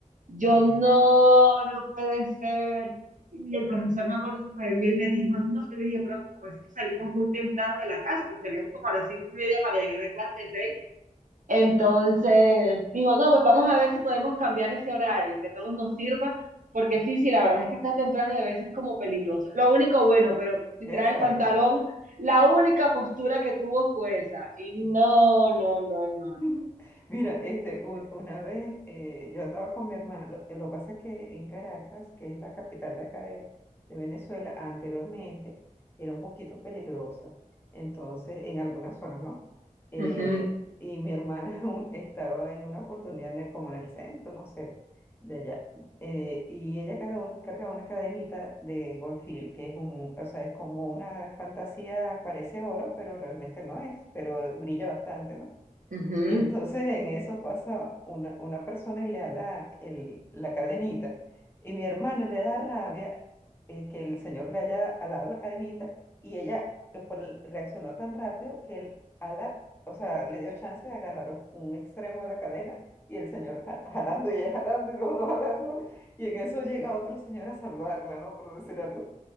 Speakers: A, on the right; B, on the left.
A: Yo,
B: Ay,
A: no,
B: qué...
A: no puede ser. Y el profesor me acuerdo que me vio y me dijo, no, yo le dije, pero como es que salimos muy temprano de la casa, porque salimos como a las cinco y media para llegar a clase de seis. Entonces dijo, no, pues vamos a ver si podemos cambiar ese horario, que a todos nos sirva, porque sí, sí, la verdad es que está temprano y a veces como peligroso. Lo único bueno, pero si
B: Exacto.
A: trae el pantalón, la única postura que tuvo fue esa. Y no, no, no, no,
B: <laughs>
A: no.
B: Mira, este, un- una vez eh, yo andaba con mi hermana, lo, eh, lo pasa que en Caracas, que es la capital de acá de, de Venezuela, anteriormente era un poquito peligrosa, entonces en algunas zonas, ¿no? Eh,
A: Ujú,
B: y mi hermana <laughs> un- estaba en una oportunidad en el- como en el centro, no sé, de allá, eh, y ella cada un- cargaba una cadenita de Goldfield, que es un, o sea, es como una fantasía, parece oro, pero realmente no es, pero brilla bastante, ¿no?
A: ujú,
B: Y entonces en eso pasa una, una persona y le da la, el- la cadenita. Y mi hermana le da rabia eh, que el señor le haya alado la cadenita y ella eh, por el- reaccionó tan rápido que el ala, o sea, le dio chance de agarrar un, un extremo de la cadena y el señor ja- jalando y ella jalando y los dos jalando. Y en eso llega otro señor a salvarla, ¿no? Por decir algo.